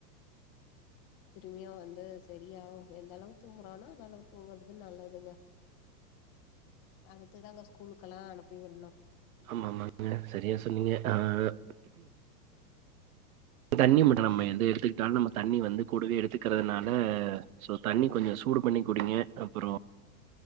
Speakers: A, on the left; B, on the right.
A: திரும்பியும் வந்து சரியாவும் எந்த அளவு தூங்கறானா அந்த அளவு தூங்குறதுக்கு நல்லதுங்க அடுத்துதாங்க ஸ்கூலுக்கலா அனுப்பி விடணும்
B: ஆமா ஆமாங்க செரியா சொன்னீங்க ஆஹ் தண்ணி மட்டும் நம்ம எது எடுத்துக்கிட்டாலு நம்ம தண்ணி வந்து கூடவே எடுத்துக்கறதுனால சோ தண்ணி கொஞ்சோ சூடு பண்ணி குடிங்க அப்பறோ